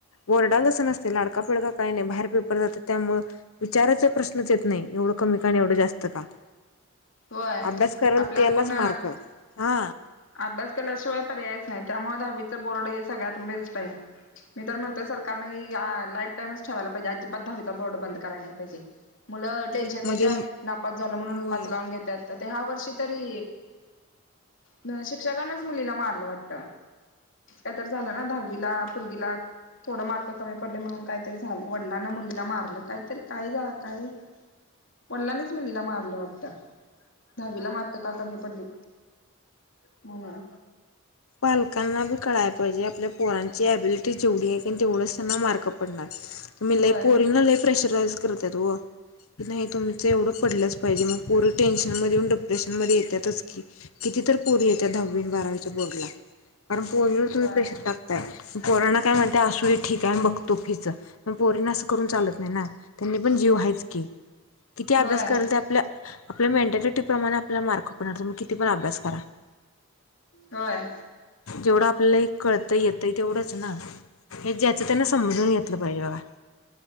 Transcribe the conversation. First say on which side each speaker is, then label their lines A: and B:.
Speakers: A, on the left; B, on the left.
A: वरडालसं नसते लाडका पिडका काय नाही बाहेर पेपर जात त्यामुळ विचाराचा प्रश्नच येत नाही एवढं कमी का आणि एवढं जास्त का
B: होय
A: अभ्यास करेल
B: आपला
A: त्यालाच
B: आपण
A: मार्ग हा
B: अभ्यास केल्याशिवाय पर्यायच नाही त्यामुळे दहावीचं बोर्ड हे सगळ्यात बेस्ट आहे मी तर म्हणतोय सरकारनेी लाईफ टाईमच ठेवायला पाहिजे अजिबात दहावीचा बोर्ड बंद करायला नाही पाहिजे मुलं टेन्शन घेत
A: मध्ये
B: नापात झालं म्हणून
A: होय
B: फ घ ते ह्या वर्षी तरी न शिक्षकनाच मुलीला मारलं वाटत काय तर झालं ना दहावीला पूर्वीला थोडं मार्क कमी पडले म्हणून काहीतरी झालं वडलां मुलीला मारलं काहीतरी काय झा काय पडलानेच मुलीला मारलं वाटतं दहावीला मार्क का कमी पडली म्हणून
A: पालकांना बी कळाला पाहिजे आपल्या पोरांची अबिलिटी जेवढी आहे तेवढंच त्यांना मार्क पडणार तु्ी
B: होय
A: ल पोरिंगला ल प्रेशराईज करत तो की नाही तुम्हीचं एवढं पडलंच पाहिजे मग पोरं टेन्शनमध्ये येऊन डिप्रेशनमध्ये येतातच की किती तर पोरी येत त्या दहावी बारावीच्या बोर्डला कारण पोरीवर तुम्ही
B: होय
A: प्रेशर टाक पोराणा काय म्हणते असु ठीक आहे बघतो कीच म पोरीना करून चालत नाही ना त्यांनी पण जीव वयच की किती
B: होय
A: अभ्यास करेल ते आपल्या आपल्या मेंटॅलिटी प्रमाणे आपल्याला मार्क पडत मग किती पण अभ्यास करा
B: होय
A: जेवढं आपल्याला हे कळतं येत आहे तेवढंच ना हे ज्याचं त्यांना समजून घेतलं पाहिजे बाबा